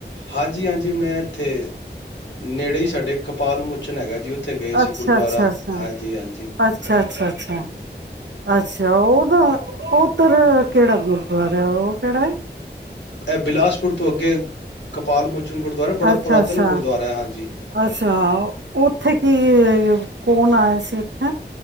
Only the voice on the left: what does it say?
ਹਾਂਜੀ, ਹਾਂਜੀ ਮੈਂ ਇੱਥੇ ਨੇੜੇ ਹੀ ਸਾਡੇ ਕਪਾਲ ਮੁੁਚਨ ਹੈਗਾ ਜੀ ਉੱਥੇ ਗਏ ਸੀ
ਗੁਰਦੁਆਰਾ
ਹਾਂਜੀ-ਹਾਂਜੀ।
ਐ ਬਿਲਾਸਪੁਰ ਤੋਂ ਅੱਗੇ। ਕਪਾਲ ਮੋਚਨ ਗੁਰਦੁਆਰਾ ਬੜਾ
ਪੁਰਾਤਨ
ਗੁਰਦੁਆਰਾ ਹੈ ਹਾਂਜੀ।